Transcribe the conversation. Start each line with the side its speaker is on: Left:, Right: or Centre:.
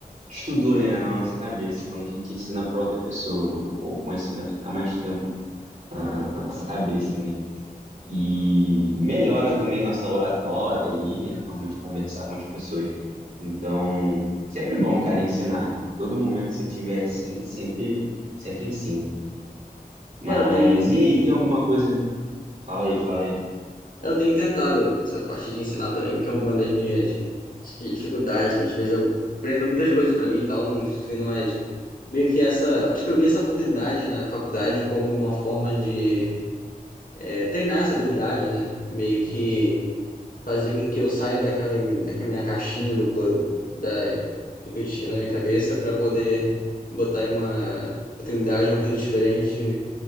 Right: estudou, né, na nossa cabeça. Quando a gente ensina para outra pessoa, o o conhecimento fica mais tempo na na nossa cabeça, né? e melhora também nossa oratória ali, né? A forma de conversar com as pessoas. Então, sempre bom, cara, ensinar. Todo momento que você tiver assim, sempre, sempre ensino. Mas
Left: É, eu tenho
Right: e aí, tem alguma coisa? Fala aí, fala aí.
Left: Eu tenho tentado essa parte de ensinar também, porque é uma das minhas acho que, dificuldades, né? Às vezes eu aprendo muitas coisas pra mim e tal, não ensino mais. Meio que essa. Acho que eu vi essa oportunidade na faculdade como uma forma de é, treinar essa habilidade, né? Meio que fazer com que eu saia daquela, daquela minha caixinha do plano, da, do que eu tinha na minha cabeça, pra poder botar em uma oportunidade, uma coisa diferente.